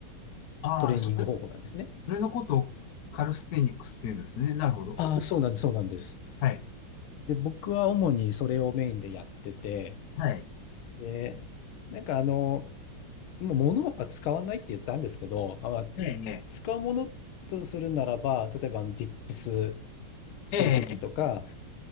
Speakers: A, on the left; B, on the left.
A: ああ、
B: トレーニング方法なんですね。
A: それ、それのことをカルステニクスって言うんですね。なるほど。
B: ああ、
A: お
B: そうなんです、そうなんです。
A: はい。
B: で、僕は主にそれをメインでやってて、
A: はい。
B: で、なんかあの、もう物は使わないって言ったんですけど、あ、まあ、
A: ええ、
B: 使うものとするならば、例えばあのディップスするときとか、
A: ええ、